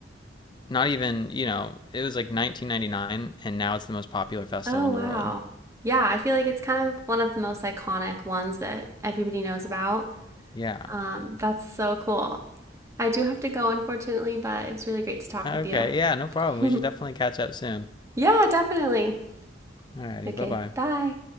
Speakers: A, on the left (about 25°); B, on the right (about 15°).
A: not even you know it was like 1999 and now it's the most popular festival
B: Oh,
A: in
B: wow.
A: the world
B: Yeah, I feel like it's kind of one of the most iconic ones that everybody knows about.
A: yeah
B: Um, that's so cool. I do have to go, unfortunately, but it was really great to talk
A: okay
B: with you.
A: yeah no problem we
B: <laughs>
A: should definitely catch up soon
B: Yeah, definitely.
A: alrighty
B: Okay,
A: bye-bye
B: bye.